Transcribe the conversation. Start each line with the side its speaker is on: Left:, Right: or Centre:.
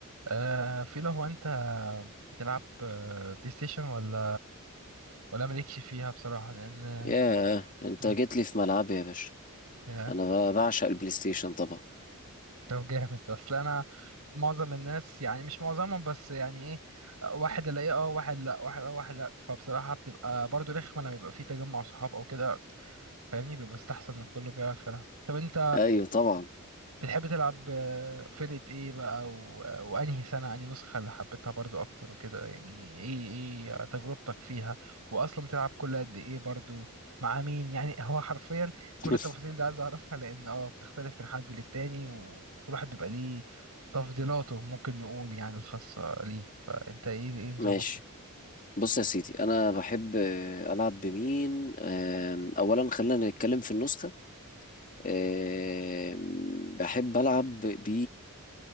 Right: آه في لو هو انت بتلعب آه، بلاي ستيشن ولا ولا مالكش فيها بصراحة لان
Left: ياه انت
Right: مم،
Left: جيت لي في ملعبي يا باشا
Right: يا
Left: انا ب- بعشق البلاي ستيشن طبعا
Right: طب جامد اصل انا معظم الناس يعني مش معظمهم بس يعني ايه واحد الاقيه اه واحد لا واحد اه واحد لا فبصراحة بتبقى برضو رخمة لما يبقى في تجمع صحاب او كده فاهمني بيبقى استحسن ان كله بيعرف يلعب طب انت
Left: ايوه طبعا
Right: بتحب تلعب آه، فرقة ايه بقى و... وانهي سنة انهي نسخة اللي حبيتها برضو اكتر وكده يعني ايه ايه تجربتك فيها واصلا بتلعب كل قد ايه برضو مع مين يعني هو حرفيا كل
Left: <laughs>
Right: التفاصيل دي عايز اعرفها لان اه بتختلف من حد للتاني وكل واحد بيبقى ليه تفضيلاته ممكن نقول يعني الخاصة ليه فانت ايه ايه نظامك
Left: ماشي
Right: فيه
Left: بص يا سيدي انا بحب آه، العب بمين آم، اولا خلينا نتكلم في النسخه آم، بحب العب ب